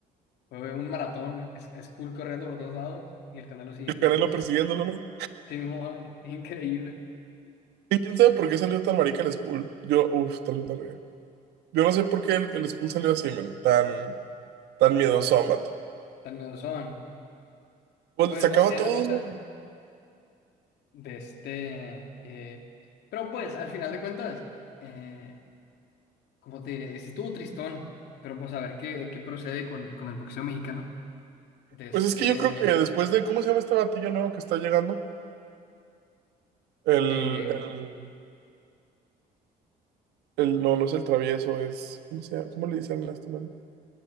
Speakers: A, on the left; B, on the right.
A: fue un maratón, es, es cool corriendo por todos lados y el canal siguiéndolo.
B: El Canelo persiguiéndolo, ¿no?
A: Simón, <laughs> increíble,
B: Y quién sabe por qué salió tan marica el Skull. Yo, uff, tal vez no ría. Yo no sé por qué el, el Skull salió así, man. Tan, tan miedoso
A: tan,
B: a Mato.
A: tan miedosón.
B: Pues
A: Pues
B: le sacaba
A: no sé,
B: todo,
A: la neta,
B: man.
A: de este... eh, pero pues, al final de cuentas, eh, como te diré, sí estuvo tristón, pero pues a ver qué, qué procede con, con el boxeo mexicano. De este...
B: Pues es que yo creo que después de, ¿cómo se llama este batillo nuevo que está llegando? El,
A: Eh,
B: el, el, no, no es el travieso, es, ¿cómo se llama? ¿Cómo le dicen a este man?